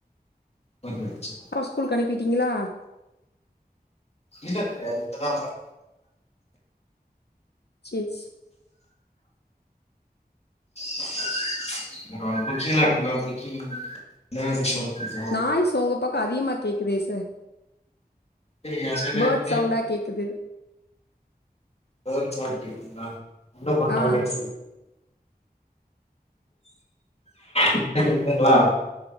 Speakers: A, on the left; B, on the left.
A: <unintelligible>
B: ஸ்கூல்க்கு அனுப்பிட்டீங்களா
A: இல்ல இல்ல இப்பதா வரே
B: சேர் சேர்
A: ஆ <inaudible> என்னென்ன விஷயோ உங்களுக்கு பிடிக்கு
B: நாய்ஸ் உங்க பக்கோ அதிகமா கேக்குதே சார்.
A: ஏய், என் சைடு
B: பேர்ட்
A: எனக்கு
B: சவுண்டா கேக் க்குது
A: பேர்ட்ஸ் சவுண்ட் கேக்குதுங்களா இன்னோ கொஞ்சோ
B: ஆ
A: நேரோ கழிச்சி பண் இப்ப கேக்குதுங்ளா